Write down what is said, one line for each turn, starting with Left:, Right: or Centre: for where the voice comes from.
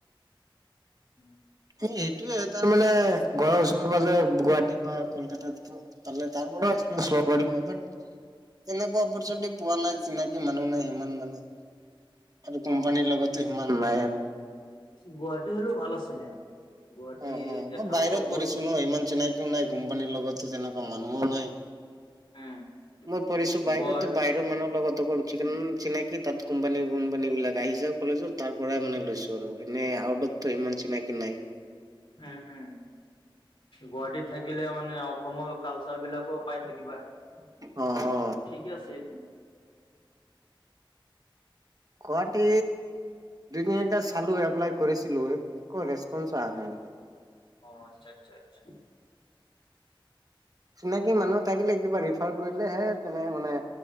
Left: <inaudible>
Right: এই এইটোৱে তাৰ মানে ঘৰৰ ওচৰে পাজৰে গুৱাহাটীত বা কলকাতাত ত' তাৰপৰাও এক্সপিৰিয়েন্স ল'ব পাৰিলো হয় বাট তেনেকুৱা অপৰচুনিটি পোৱা নাই চিনাকি মানুহ নাই সিমান মানে আৰু কোম্পানীৰ
Left: অ
Right: লগতো সিমান নাই আৰু
Left: গুৱাহাটী হ'লেও ভাল আছিলে। গুৱাহাটী
Right: অ অ
Left: দেখাতো
Right: মই বাহিৰত
Left: বহুত
Right: পঢ়িছো ন ইমান চিনাকিও নাই কোম্পানীৰ লগতটো তেনেকুৱা মানুহো নাই
Left: উম
Right: মই পঢ়িছো বাহিৰত
Left: গুৱাহাট
Right: বা মানুহৰ লগত অকল
Left: উম
Right: চিন চিনাকি তাত কোম্পানী বোম্পানী বিলাক আহি যাই কলেজত তাৰ পৰাই মানে লৈছোঁ আৰু এনেই আউটত ত' ইমান চিনাকি নাই
Left: উম উম গুৱাহাটীত থাকিলে মানে অসমৰ কালচাৰ বিলাকো পাই থাকিবা ত'
Right: অ অ
Left: ঠিকে আছিল
Right: গুৱাহাটী দুই তিনিটা চালো এপ্লাই কৰিছিলো একো ৰেছপন্স অহা নাই মানে
Left: অ আচ্ছা আচ্ছা আচ্ছা।
Right: চিনাকি মানুহ থাকিলে কিবা ৰিফাৰ কৰিলে হে তেনেকে মানে